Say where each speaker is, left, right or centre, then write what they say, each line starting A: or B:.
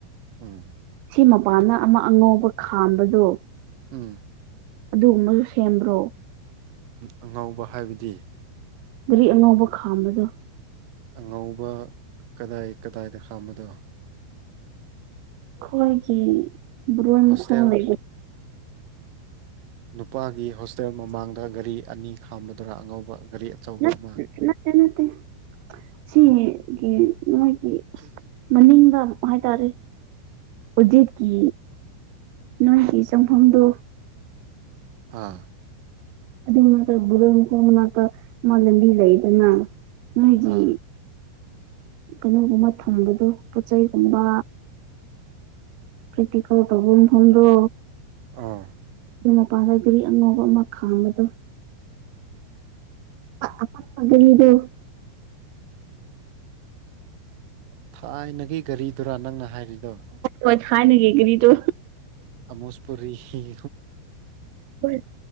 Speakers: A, on the right (about 70°); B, on the right (about 85°).
A: ꯎꯝ
B: ꯁꯤ ꯃꯄꯥꯟꯅ ꯑꯃ ꯑꯉꯧꯕ ꯈꯥꯝꯕꯗꯣ
A: ꯎꯝ
B: ꯑꯗꯨꯒꯨꯝꯕꯁꯨ ꯁꯦꯝꯕ꯭ꯔꯣ
A: ꯑꯉꯥꯎꯕ ꯍꯥꯏꯕꯗꯤ
B: ꯒꯥꯔꯤ ꯑꯉꯧꯕ ꯈꯥꯝꯕꯗꯣ
A: ꯑꯉꯧꯕ ꯀꯗꯥꯏ ꯀꯗꯥꯏꯗ ꯈꯥꯝꯕꯗꯣ
B: ꯈꯣꯏ ꯀ ꯑꯣ ꯑꯃ
A: ꯍꯣꯁꯇꯦꯜ
B: ꯈ ꯂꯩ
A: ꯅꯨꯄꯥꯒꯤ ꯍꯣꯁꯇꯦꯜ ꯃꯃꯥꯡꯗ ꯒꯥꯔꯤ ꯑꯅꯤ ꯈꯥꯝꯕꯗꯨꯔ ꯑꯉꯧꯕ ꯒꯥꯔꯤ ꯑꯆꯧꯕ
B: ꯅꯠꯇꯦ
A: ꯑꯃ <inaudible>
B: ꯅꯠꯇꯦ ꯁꯤꯒꯤ ꯃꯣꯏꯒꯤ ꯃꯅꯤꯡꯗ ꯑꯃꯨꯛ ꯍꯥꯏꯇꯥꯔꯦ ꯎꯖꯤꯠꯀꯤ ꯅꯣꯏꯒꯤ ꯆꯪꯐꯝꯗꯨ
A: ꯑꯥ
B: ꯑꯗꯨꯒꯤꯛꯇ ꯕꯔ ꯀꯣꯡꯕꯅꯥꯛꯇ ꯃꯥ ꯂꯝꯕꯤ ꯂꯩꯗꯅ ꯅꯣꯏꯒꯤ
A: ꯑꯥ
B: ꯀꯩꯅꯣꯒꯨꯝꯕ ꯊꯝꯕꯗꯣ ꯄꯣꯠ ꯆꯩꯩꯒꯨꯝꯕ ꯀ꯭ꯔꯤꯇꯤꯀ ꯇꯧꯕꯨꯝ ꯊꯗꯣ
A: ꯑꯥ
B: ꯑꯗꯨ ꯃꯄꯥꯟꯗ ꯒꯔꯤ ꯑꯉꯧꯕ ꯑꯃ ꯈꯥꯡꯕꯗꯣ ꯑꯁ ꯑ ꯄꯄꯒꯩꯗꯨ
A: ꯊꯥꯏꯅꯒꯤ ꯒꯥꯔꯤꯗꯨꯔꯥ ꯅꯪꯅ ꯍꯥꯏꯔꯤꯗꯣ
B: ꯑꯣ ꯊꯅ ꯀꯦ ꯀꯔꯤ ꯇ
A: ꯑꯣꯁꯄꯔꯤꯦꯝ ꯑꯦꯜ
B: ꯍꯣꯏ